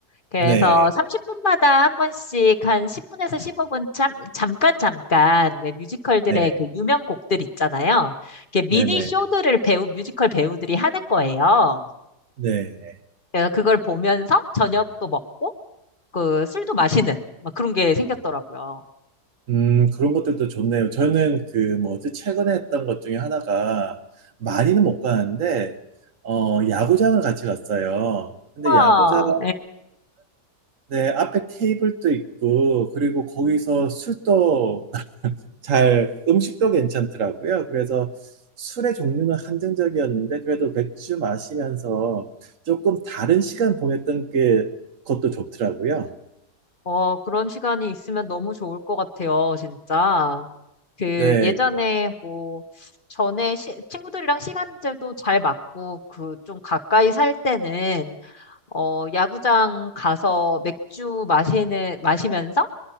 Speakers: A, on the left (about 35°); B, on the right (about 55°).
A: 그래서
B: 네,
A: 30분마다 한 번씩 한 10분에서 15분 참, 잠깐 잠깐 왜 뮤지컬들의
B: 네,
A: 그 유명 곡들 있잖아요. 이렇게 미니
B: 네,
A: 쇼들을 배우 뮤지컬 배우들이 하는 거예요.
B: 네, 네.
A: 그래서 그걸 보면서 저녁도 먹고 그 술도 마시는 막 그런 게 생겼더라고요.
B: 음, 그런 것들도 좋네요. 저는 그 뭐지, 최근에 했던 것 중에 하나가 많이는 못 가는데, 어, 야구장을 같이 갔어요. 근데
A: 와,
B: 야구장, 네, 앞에 테이블도 있고, 그리고 거기서 술도 <laughs> 잘, 음식도 괜찮더라고요. 그래서 술의 종류는 한정적이었는데, 그래도 맥주 마시면서 조금 다른 시간 보냈던 게, 그것도 좋더라고요.
A: 어, 그런 시간이 있으면 너무 좋을 것 같아요, 진짜. 그
B: 네,
A: 예전에 뭐 전에 시- 친구들이랑 시간제도 잘 맞고 그 좀 가까이 살 때는 어, 야구장 가서 맥주 마시는 마시면서